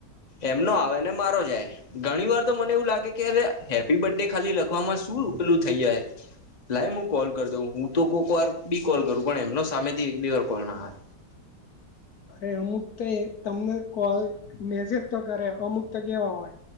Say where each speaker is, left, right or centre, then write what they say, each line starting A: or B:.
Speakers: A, on the left (about 25°); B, on the left (about 60°).
A: એમનો આવે ને મારો જાય ઘણી વાર તો મને એવું લાગે કે અરે હેપી બર્થ ડે ખાલી લખ લખવા માં શું ઉપલું થઈ જાય લાય હું કોલ કરી દઉં હું તો કોઈક વાર બી કોલ કરું પણ એમનો સામેથી એક બે વાર કોલ ના હોય
B: અરે અમુક તો એ તમને કોલ મેસેજ તો કરે અમુક તો કેવા હોય